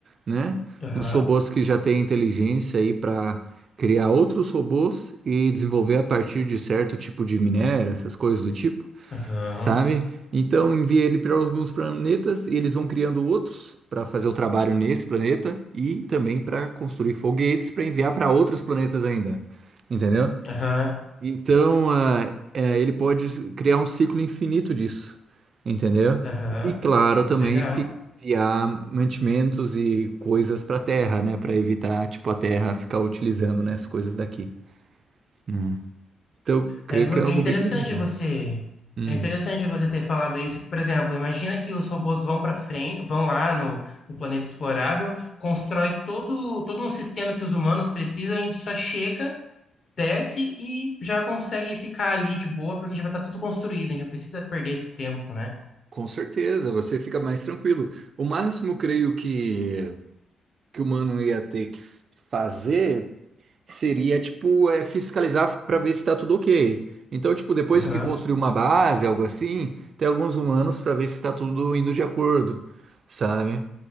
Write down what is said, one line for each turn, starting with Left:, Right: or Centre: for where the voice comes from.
Right: né?
Left: Aham.
Right: Uns robôs que já têm inteligência aí para criar outros robôs e desenvolver a partir de certo tipo de minério, essas coisas do tipo
Left: Aham.
Right: sabe? Então envia ele para alguns planetas e eles vão criando outros para fazer o trabalho nesse planeta e também para construir foguetes para enviar para outros planetas ainda, entendeu?
Left: Aham.
Right: Então ah, é, ele pode criar um ciclo infinito disso, entendeu?
Left: Aham.
Right: E claro, também
Left: Legal.
Right: fi- enviar mantimentos e coisas para a Terra, né? Para evitar tipo a Terra ficar utilizando né, as coisas daqui. Hum. Então eu creio
Left: É, mu-
Right: que é algo
Left: é interessante
Right: bem grande.
Left: você,
Right: Hum.
Left: é interessante você ter falado isso, que, por exemplo, imagina que os robôs vão para frente, vão lá no, no planeta explorável, constrói todo, todo um sistema que os humanos precisam, a gente só chega, desce e já consegue ficar ali de boa, porque já vai estar tudo construído, a gente não precisa perder esse tempo, né?
Right: Com certeza, você fica mais tranquilo. O máximo, creio que, que o mano ia ter que fazer seria, tipo, é, fiscalizar para ver se tá tudo ok. Então, tipo, depois
Left: Aham,
Right: que construir uma base, algo assim, tem alguns humanos para ver se tá tudo indo de acordo, sabe?